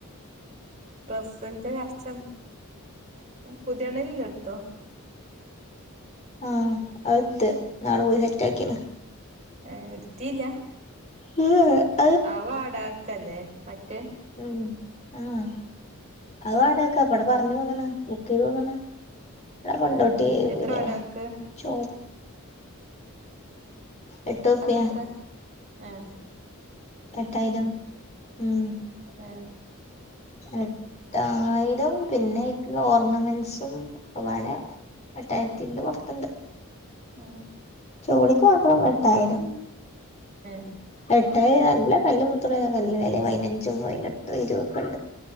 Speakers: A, on the right; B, on the left.
A: ഡ്രസ്സിന്റെ ചർച്ച പുതിയണ്ണിന് ല്ലെ എട്ത്തോ
B: ആഹ് അത് ഇട്ത്ത് ഇന്നാള് പോയി സെറ്റാക്കീണ്
A: ഏഹ് ഇട്ത്തീല്ല
B: ഏ ഏ
A: ആഹ് വാടകക്കല്ലേ മറ്റേ
B: ഉം ആഹ് അത് വാടകക്ക അപ്പവ്ടെ പർഞ്ഞ് പോന്ന്ണ് ബുക്ക് ചെയ്ത് പോന്ന്ണ്. ഞാൻ കൊങ്ങോട്ടി
A: ഏഹ്
B: ഒരു
A: എത്ര
B: പീടിയേല
A: വാടകക്ക്
B: ചോ എട്ടുറുപ്യ
A: പക്കത്ര ഏ
B: എട്ടായിരം ഉം
A: ഏ
B: എട്ടായിരം പിന്നെഐക്ള്ള ഓർണമെന്റ്സും ഒക്കെപാടെ എട്ടായിരത്തിന്റെ പൊർത്ത്ണ്ട്
A: ഏ
B: ചോളിക്ക് മാത്രം എട്ടായിരം
A: ഏഹ്
B: എട്ടായി നല്ല കല്ല് മുത്തള നല്ല വെലെ പതിനഞ്ചും പൈനട്ടും <inaudible> ഇരുവൊക്കെ ഇണ്ട്